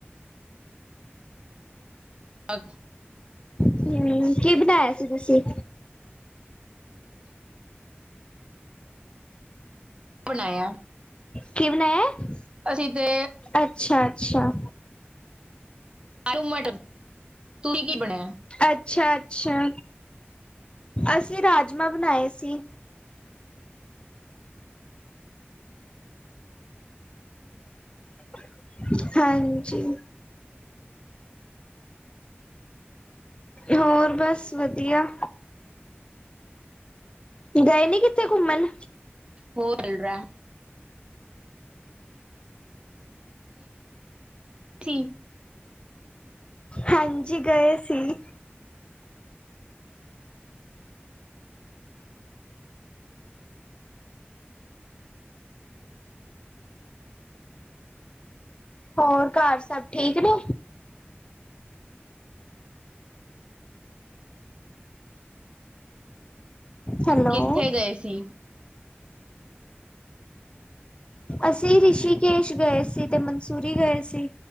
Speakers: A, on the right (about 25°); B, on the left (about 25°).
A: ਅ
B: ਹੂੰ, ਕੀ ਬਣਾਇਆ ਸੀ ਤੁਸੀਂ?
A: ਬਣਾਇਆ
B: ਕਿ ਬਣਾਇਆ ਹੈ,
A: ਅਸੀਂ ਤੇ
B: ਅੱਛਾ-ਅੱਛਾ।
A: ਆਲੂ ਮਟਰ ਤੁਸੀਂ ਕੀ ਬਣਾਇਆ?
B: ਅੱਛਾ-ਅੱਛਾ, ਅਸੀਂ ਰਾਜਮਾਂ ਬਣਾਏ ਸੀ। ਅ ਹਾਂਜੀ। ਹੋਰ ਬਸ ਵਧੀਆ। ਗਏ ਨੀ ਕਿੱਥੇ ਘੁੰਮਣ,
A: ਹੋਰ ਲਰਾ ਠੀ
B: ਹਾਂਜੀ, ਗਏ ਸੀ। ਹੋਰ ਘਰ ਸਭ ਠੀਕ ਨੇ? ਹੈਲੋ।
A: ਕਿੱਥੇ ਗਏ ਸੀ
B: ਅਸੀਂ ਰਿਸ਼ੀਕੇਸ਼ ਗਏ ਸੀ ਤੇ ਮਨਸੂਰੀ ਗਏ ਸੀ।